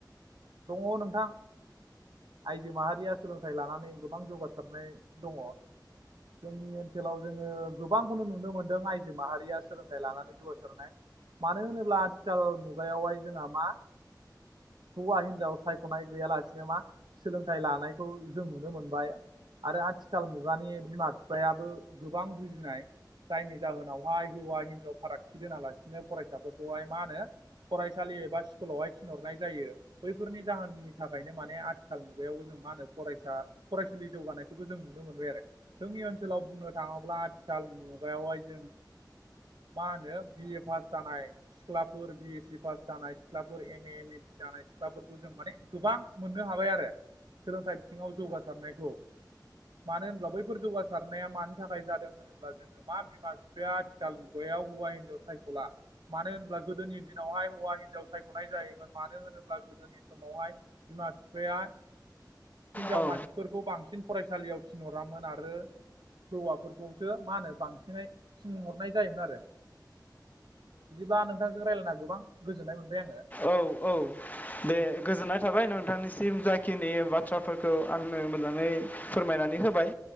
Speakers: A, on the right; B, on the left.
A: दङ नोंथां। आइजो माहारिया सोलोंथाइ लानानै गोबां जौगासारनाय दङ जोंनि ओनसोलाव जोङो गोबां खौनो नुनो मोनदों आइजो माहारिया सोलोंथाइ लानानै जौगासारनाय मानो होनोब्ला आथिखाल मुगायाव हाय जोंहा मा हौवा हिनजाव सायख'नाय गैया लासिनो मा सोलोंथाइ लानायखौ जों नुनो मोनबाय आरो आथिखाल मुगानि बिमा बिफायाबो गोबां बुजिनाय जायनि जाहोनाव हाय हौवा हिनजाव फारागथि दोनालासिनो फरायसा फोरखौहाय मा होनो फरायसालि एबा स्कुलाव हाय थिन हरनाय जायो बैफोरनि जाहोननि थाखायनो माने आथि आथिखाल मुगायावबो जों मा होनो फरायसा फरायसुलि जौगानाय खौबो जों नुनो मोनबाय आरो जोंनि ओनसोलाव बुंनो थाङोब्ला आथिखाल मुगायाव हाय जों मा होनो बिए पास जानाय सिख्ला फोर बि एस सि पास जानाय सिख्ला फोर एम ए, एम ए सि जानाय सिख्ला फोरखौ जों माने गोबां मोननो हाबाय आरो। सोलोंथाइ बिथिङाव जौगारनायखौ मानो होनब्ला बैफोर जौगासारनाया मानि थाखाय जादों होनोब्ला जोङो मा बिमा बिफाया आथिखाल मुगायाव हौवा हिनजाव सायख'ला मानो होनब्ला गोदोनि दिनावहाय हौवा हिनजाव सायख'नाय जायोमोन मानो होनोब्ला गोदोनि समावहाय बिमा बिफाया हिनजाव
B: औ
A: मानसि फोरखौ बांसिन फरायसालि याव थिन हरामोन आरो हौवा फोरखौसो मा होनो बांसिनै थिन हरनाय जायोमोन आरो बिदिब्ला नोंथांजों राय्लायना गोबां गोजोननाय मोनबाय आङो।
B: औ औ दे गोजोननाय थाबाय नोंथां निसिम जाखिनि बाथ्रा फोरखौ आंनो मोजाङै फोरमायनानै होबाय